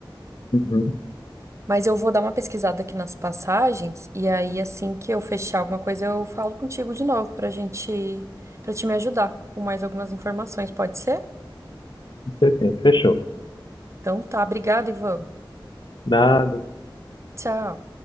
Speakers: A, on the left; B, on the right.
A: Uhum.
B: Mas eu vou dar uma pesquisada aqui nas passagens, e aí, assim que eu fechar alguma coisa, eu falo contigo de novo pra gente, pra te me ajudar com mais algumas informações, pode ser?
A: Isso é assim, Fechou.
B: Então tá, obrigada, Ivan.
A: Nada.
B: Tchau.